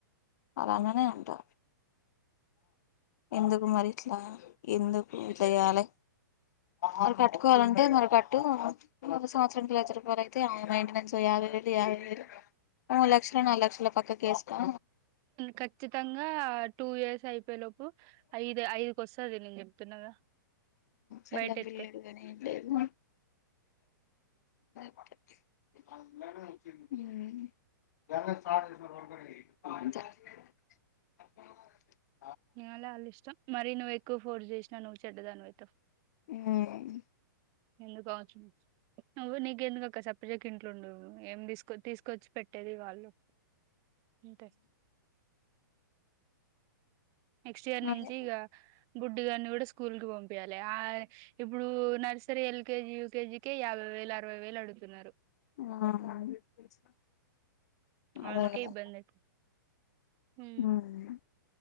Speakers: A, on the left; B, on the right.
A: అలాగనే అంటా ఎందుకు మరి ఇట్లా ఎందుకు ఇ యాలె మరి కట్టుకోవాలంటే మరి కట్టు ఒక సంవత్సరంకి లక్ష రూపాయలు అయితే ఆ మెయింటెనెన్స్ యావై వేలు యావై వేలు మూడూ లక్షలో నాలుగు లక్షలో పక్కకేస్కో
B: ఖచ్చితంగా టూ ఇయర్స్ అయిపోయే లోపు ఐదు ఐదుకోస్తది నేను చెప్తున్నగా
A: పెళ్ళాం
B: బయట ఎత్తే
A: పిల్లలు ఎరుగని ఏం లేదు ఊ <unintelligible>
B: ఏమోలే వాళ్ళ ఇష్టం మరీ నువ్వు ఎక్కువ ఫోర్స్ చేసిన నువ్ చెడ్డదానివయితవ్
A: మ్మ్
B: ఎందుకు కావచ్చు నువ్వు నీకెందుకక్క సప్పుడుజేక తిట్లుండు నువ్వు ఏం తీసుకొ తీసుకొచ్చి పెట్టేది వాళ్ళు ఇంతే నెక్స్ట్ ఇయర్
A: అదే
B: నించి ఇగ గుడ్డుగాన్ని గూడ స్కూల్ కి పంపియ్యాలే ఆ ఇప్పుడు నర్సరీ ఎల్కేజీ యూకేజీ కే యాభై వేలు అరవైవేలు అడుగుతున్నరు.
A: ఆ అదే
B: ఆయనకే
A: కదా
B: ఇబ్బంది అయితద్ హు
A: ఉమ్.